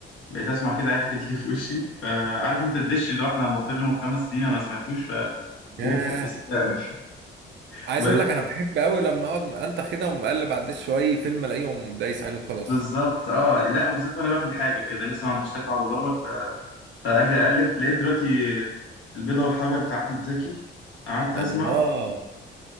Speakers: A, on the left; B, on the right.
A: بقيت اسمع كده اي حاجة تيجي في وشي فعارف انت الدش اللي هو احنا مبطلينه من خمس سنين انا ما سمعتوش فرجعت
B: ياه
A: له صدقني <laughs>
B: عايز
A: بقيت
B: اقول لك انا بحب قوي لما اقعد انت كده ومقلب على الدش شويه فيلم الاقيهم دايس عليه وخلاص
A: بالظبط اه لا وبالذات وانا باكل حاجة كده لسه ما عنديش طاقة اقعد ادور ف... فاجي اقلب لقيت دلوقتي البيضة والحجر بتاع احمد زكي قعدت اسمع
B: الله